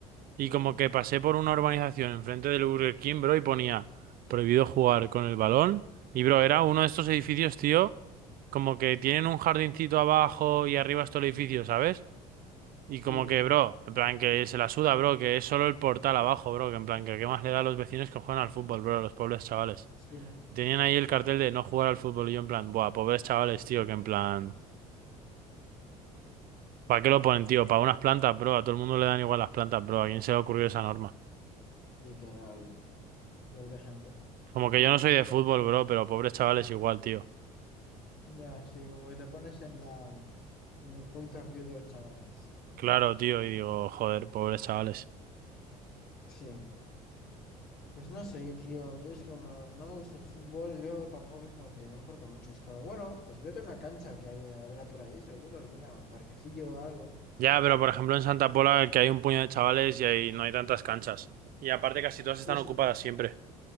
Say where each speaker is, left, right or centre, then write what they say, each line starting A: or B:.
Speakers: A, on the right; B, on the left.
A: Y
B: Sí.
A: como que pasé por una urbanización enfrente del Burger King, bro, y ponía prohibido jugar con el balón. Y, bro, era uno de estos edificios, tío, como que tienen un jardincito abajo y arriba es todo el edificio, ¿sabes? Y
B: Sí.
A: como que, bro, en plan que se la suda, bro, que es solo el portal abajo, bro, que en plan que qué más le da a los vecinos que juegan
B: Ujú.
A: al fútbol, bro, a los pobres chavales.
B: Sí.
A: Tenían ahí el cartel de no jugar al fútbol y yo en plan, buah, pobres chavales, tío, que en plan, ¿para qué lo ponen, tío? Para unas plantas, bro, a todo el mundo le dan igual las plantas, bro, ¿a quién se le ocurrió esa norma?
B: Literal. Pobre gente.
A: Como que yo no soy de fútbol, bro, pero pobres chavales igual, tío.
B: Ya, sí, como que te pones en la, en el point of view de los chavales.
A: Claro, tío, y digo, joder, pobres chavales.
B: Sí. Pues no sé, tío. Yo es que como, no me gusta el fútbol, yo tampoco es como que me importa mucho. Es como, bueno, pues vete a una cancha que hay, habrá por ahí, seguro, alguna, un parquecillo o algo.
A: Ya, pero por ejemplo en Santa Pola que hay un puño de chavales y ahí no hay tantas canchas. Y aparte casi todas están
B: Pues
A: ocupadas siempre.